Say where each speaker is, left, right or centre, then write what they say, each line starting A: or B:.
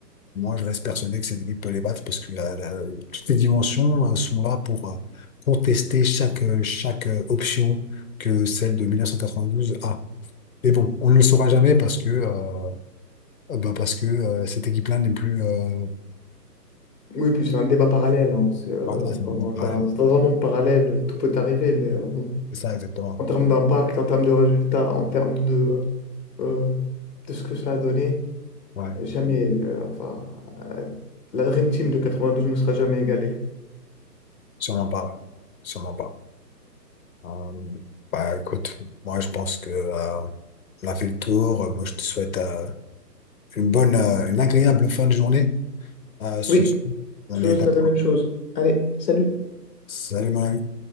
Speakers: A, on the left; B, on the left.
A: Moi, je reste persuadé que cette équipe peut les battre parce que la- la- toutes les dimensions euh, sont là pour euh, contester chaque, euh, chaque euh, option que celle de 1992 a. Mais bon, on ne le saura jamais parce que, euh, euh, bah, parce que euh, cette équipe-là n'est plus. euh,
B: Oui, puis c'est un débat parallèle. hein. C'est, euh,
A: voilà, c'est mon
B: enfin,
A: appareil.
B: dans, dans un monde parallèle, tout peut arriver, mais euh, bon.
A: C'est ça, exactement.
B: en termes d'impact, en termes de résultats, en termes de, euh, de ce que ça a donné,
A: Ouais,
B: jamais, euh, enfin, euh, la Dream Team de 92 ne sera jamais égalée.
A: sûrement pas. ouais. Sûrement pas. Euh, bah, écoute, moi, je pense que euh, on a fait le tour. Moi, je te souhaite euh, une bonne, euh, une agréable fin de journée euh, sur
B: Oui,
A: ce. On
B: toujours
A: est là.
B: la même chose. Allez, salut.
A: Salut Marie.